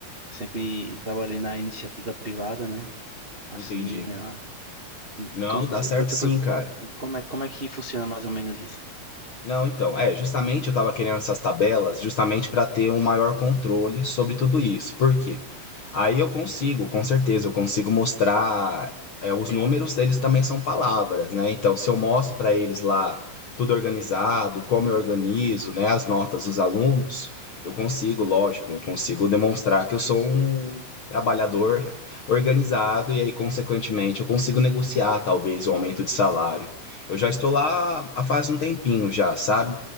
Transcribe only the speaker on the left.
Entendi.
Não,
dá certo
sim,
cara.
Não, então, é, justamente eu estava querendo essas tabelas justamente para ter um maior controle sobre tudo isso. Por quê? Aí eu consigo, com certeza, eu consigo mostrar, é, os números, eles também são palavras, né? Então, se eu mostro para eles lá tudo organizado, como eu organizo, né, as notas dos alunos, eu consigo, lógico, eu consigo demonstrar que eu sou um trabalhador organizado e aí, consequentemente, eu consigo negociar talvez o aumento de salário. Eu já estou lá há faz um tempinho já, sabe?